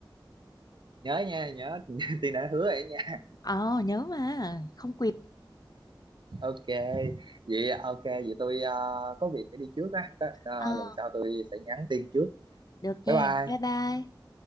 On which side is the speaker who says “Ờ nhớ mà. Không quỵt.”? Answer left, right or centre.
Left